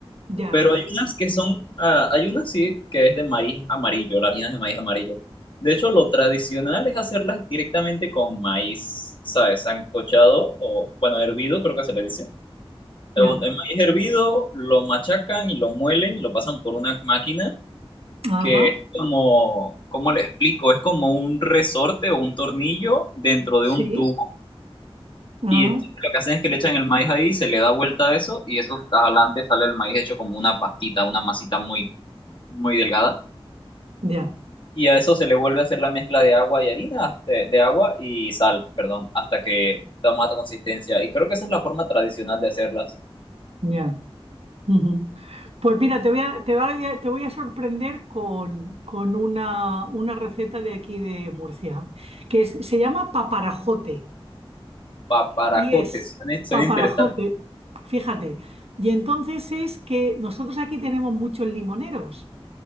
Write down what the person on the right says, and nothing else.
ya,
ya,
ya,
ajá,
sí,
ajá,
ya,
ya. ujú. Pues mira, te voy a, te voy a, te voy a sorprender con, con una, una receta de aquí de Murcia, que es- se llama paparajote.
y es
paparajote,
fíjate. Y entonces es que nosotros aquí tenemos muchos limoneros.